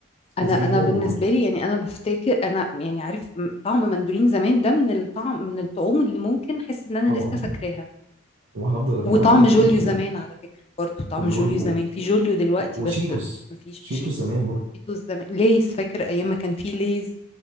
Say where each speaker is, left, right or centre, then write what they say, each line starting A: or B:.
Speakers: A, on the left; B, on the right.
A: انا
B: زي
A: انا
B: مورو
A: بالنسبه
B: برضو
A: لي يعني انا بفتكر انا يعني عارف م- طعم مندولين زمان ده من الطعم من الطعوم اللي ممكن احس ان انا
B: طبعا
A: لسه فاكراها
B: وهفضل
A: وطعم
B: فا- هفضل فاكرها
A: جوليو
B: خلي
A: زمان
B: بالك
A: على فكرة برضو طعم
B: وجولي
A: جوليو
B: و-
A: زمان في جوليو دلوقتي
B: وشيتوس
A: بس مفيش
B: شيتوس
A: شيتوس
B: زمان برضو
A: شيتوس زمان ليز فاكر أيام ما كان في ليز